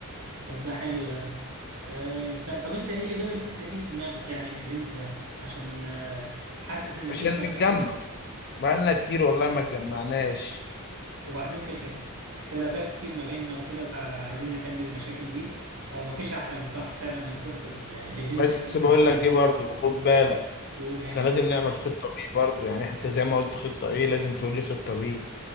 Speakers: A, on the right; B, on the left.
A: طب ده حلو ده آه، ت- طب انت ايه اللي جاب الفكره دي في دماغك يعني الايفنت ده عشان آه، حاسس ان
B: عشان
A: في خلافات
B: نتجمع
A: كتير
B: بقالنا كتير والله ما اتجمعناش
A: وبعدين في خ- خلافات كتير ما بيننا وكده فعايزين نحل المشاكل دي او مفيش احلى من صح فعلا من الفرصه ال- الايفنت
B: بس
A: اللي انت
B: بقول
A: ناوي
B: لك ايه برضه خد بالك
A: قول ماشي
B: احنا لازم نعمل خطة بي برضه يعني انت زي ما قلت خطة ايه لازم تقول لي خطة بي